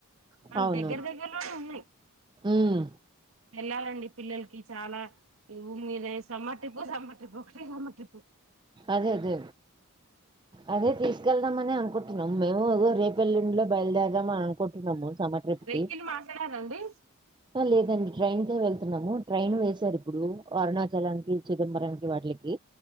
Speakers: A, on the right; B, on the right.
A: అ
B: అవును
A: దగ్గర దగ్గరలోనే ఉన్నాయ్
B: ఉమ్
A: వెళ్ళాలండి పిల్లలకి చాలా ఇ ఉ మీదే సమ్మార్ ట్రిప్పో సమ్మార్ ట్రిప్పో ఏయ్ వామ ట్రిపు
B: అదే అదే అదే తీసుకెళ్దమనే అనుకుంట్ నమ్ మేము అ రేపెల్లిండ్లో బయల్దేదాం అని అనుకుట్నము సమ్మర్ ట్రిప్కి
A: వెహికల్ మాట్లాడారండి
B: లేదండి ట్రైన్కే వెళ్తున్నాము ట్రైన్ వేసారు ఇప్పుడు అరుణాచలానికి చిదంబరానికి వాటిలకి